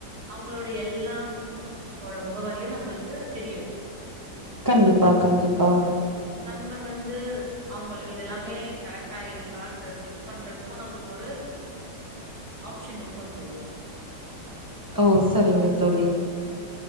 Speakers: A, on the right; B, on the right.
A: அவங்களோட எல்லாம் ஓட முகவரியும் நம்மளுக்கு தெரியும்
B: கண்டிப்பா கண்டிப்பா
A: நம்ப வந்து அவுங்கள இதெல்லாமே கரெக்டா இருக்கான்ற செக் பண்றதுக்கும் நம்மளுக்கு ஒரு ஆப்ஷன் இருக்கும் தோழி
B: ஓ சரிங்கத் தோழி